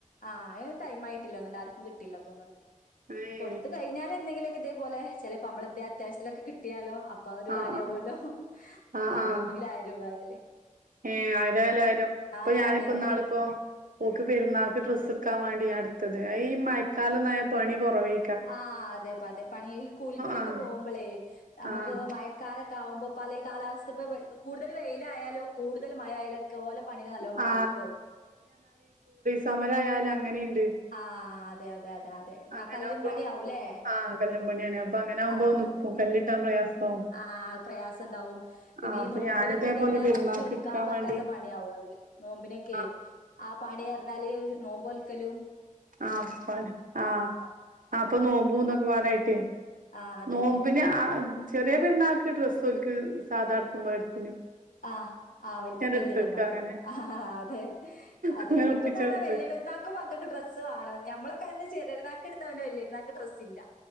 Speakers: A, on the left (about 80°); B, on the right (about 80°).
A: ആ അത് ടൈം ആയിട്ടില്ലന്നുണ്ട് ആർക്കും കിട്ടില്ല തോന്നുന്നുണ്ട്
B: ഏഹ്
A: കൊടുത്ത് കഴിഞ്ഞാൽ എന്തെങ്കിലുമൊക്കെ ദേ അതുപോലെ ചിലപ്പോ നമ്മളെന്തെ അത്യാവശ്യത്തിലൊക്കെ കിട്ടിയാലോ അപ്പ ഒരു
B: ആഹ്
A: കാര്യവു
B: ആഹ്
A: അല്ലോ
B: ആഹ്
A: ആയിരമെങ്കിൽ
B: ആഹ്
A: ആയിരം രൂപ ആയാലേ
B: ഏഹ് ആയിരായാലും ആയിരം ഇപ്പൊ
A: ആ
B: ഞാനിപ്പോ
A: അതന്നെ
B: ഇന്നാളിപ്പോ ഓക്ക് പെര്നാക്ക് ഡ്രസ്സ് എക്കാൻ വേണ്ടി ഞാൻ എടുത്തത് ഈ മയക്കാലം നായ പണി കുറവേ
A: ആഹ അതെപ്പ അതെ പണി ഈ കൂലിപ്പണിക്ക്
B: ആഹ്
A: പോകുമ്പോളേ നമുക്ക്
B: ആഹ്
A: മഴക്കാലൊക്കെ ആകുമ്പോ പലേ കാലാവസ്ഥ ഇപ്പോ കൂടുതൽ വെയിലായാലും കൂടു- കൂടുതൽ മഴ ആയാലൊക്കെ ഓലെ പണിനെ നല്ലോം
B: ആ
A: ബാധിക്കും അത്
B: സമരായാലും അങ്ങനെയുണ്ട്
A: ആ ആ അതെ അതെ അതെ അതെ അതെ
B: അങ്ങനെ
A: ആ കല്ലും
B: ആകുമ്പോളും
A: പണിയാവും ല്ലെ
B: ആ കല്ലും പണിയാണ് അപ്പൊ അങ്ങനെ ആകുമ്പോ
A: ആ
B: നിക്കും
A: അതെ
B: കല്ലിട്ടാൻ പ്രയാസാവും
A: ആ പ്രയാസംണ്ടാവും പിന്നെ
B: ആ
A: ഈ
B: അപ്പൊ
A: നോമ്പിനൊക്കെ
B: ഞാന് ഇതേപോലെ
A: തന്നെ
B: പെരുന്നാക്ക്
A: ഓർക്ക് എടുക്കാൻ പറ്റാത്ത
B: വേണ്ടി
A: പണിയാവും അത് നോമ്പിനൊക്കെ
B: ആ
A: ആ പണി അറിഞ്ഞാല് നോമ്പൊൽക്കലും
B: ആ പാട് ആ ആ അപ്പൊ നോമ്പും ഇതൊക്കെ പാടെ ട്ടെ
A: ആ അതന്നെ
B: നോമ്പിന് ആ ചെറിയ പെരുന്നാൾക്ക് ഡ്രസ്സോൽക്ക് ഇക്ക് സാധാ എടുക്കുമ്മെ എടുത്ത്
A: ആ ആ വല്യപെരുന്നാക്ക്
B: എടുത്തക്ക അങ്ങനെ
A: ആ അതെ അതെ
B: അങ്ങനെ
A: ഇപ്പന്ന്
B: ഒപ്പിച്ചെടുത്ത്
A: പറഞ്ഞാ വല്ല്യ പെരുന്നാക്കും മക്കൾക്ക് ഡ്രസ്സ് ന്ത്വാടാ ഞമ്മളൊക്കെ അന്ന് ചെറിയപെരുന്നാൾക്ക് ഡ്രസ്സ് എടുത്താ വലിയ പെരുനാൾക്ക് ഡ്രസ്സ് ഇല്ല